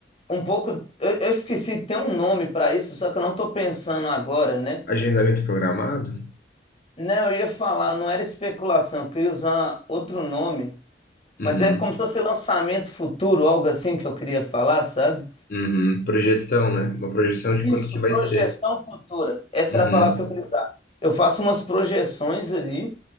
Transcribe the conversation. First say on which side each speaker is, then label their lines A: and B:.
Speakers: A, on the left (about 35°); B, on the left (about 50°).
A: um pouco, eu, eu esqueci, tem um nome para isso, só que eu não tô pensando agora, né?
B: agendamento programado?
A: Não, eu ia falar, não era especulação, que eu queria usar outro nome,
B: Uhum,
A: mas é como se fosse lançamento futuro, algo assim que eu queria falar, sabe?
B: uhum. Projeção,
A: E-
B: né? Uma projeção de
A: Isso,
B: quanto que vai
A: projeção
B: ser.
A: futura. Essa
B: Uhum,
A: era a palavra que eu queria usar. Eu faço umas projeções ali